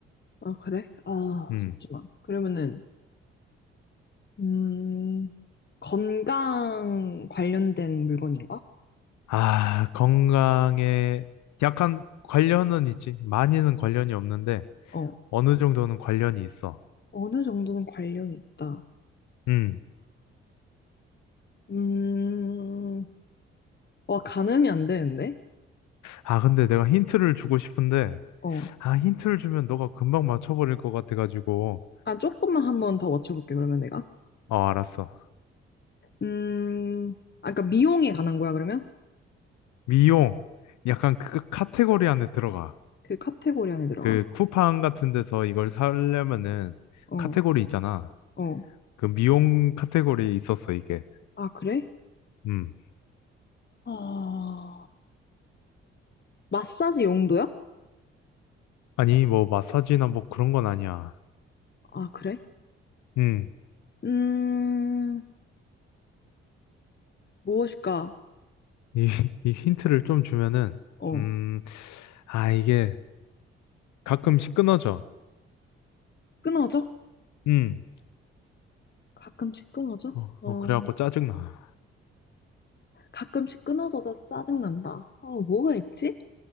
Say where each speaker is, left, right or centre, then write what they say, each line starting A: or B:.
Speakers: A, on the left (about 35°); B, on the left (about 65°).
A: 아, 그래? 아,
B: 음.
A: 잠시만. 그러면은, 음, 건강 관련된 물건인가?
B: 아, 건강에 약간 관련은 있지. 많이는 관련이 없는데
A: 어,
B: 어느 정도는 관련이 있어.
A: 어느 정도는 관련이 있다.
B: 음.
A: 음, 와, 가늠이 안 되는데?
B: 아, 근데 내가 힌트를 주고 싶은데
A: 어.
B: 아, 힌트를 주면 너가 금방 맞춰버릴 것 같아가지고
A: 아, 조금만 한 번 더 맞춰볼게, 그러면 내가.
B: 어, 알았어.
A: 음, 아, 그러니까 미용에 관한 거야, 그러면?
B: 미용. 약간 그 카테고리 안에 들어가.
A: 그 카테고리 안에 들어가?
B: 그 쿠팡 같은 데서 이걸 사려면은
A: 어,
B: 카테고리 있잖아.
A: 어.
B: 그 미용 카테고리에 있었어, 이게.
A: 아, 그래?
B: 음.
A: 아, 마사지 용도야?
B: 아니, 뭐 마사지나 뭐 그런 건 아니야.
A: 아, 그래?
B: 음.
A: 음, 무엇일까?
B: 이, <laughs> 이 힌트를 좀 주면은,
A: 어,
B: 음, 아, 이게 가끔씩 끊어져.
A: 끊어져?
B: 음,
A: 가끔씩 끊어져?
B: 어,
A: 어,
B: 어, 그래갖고 짜증나.
A: 가끔씩 끊어져서 짜증난다. 어, 뭐가 있지?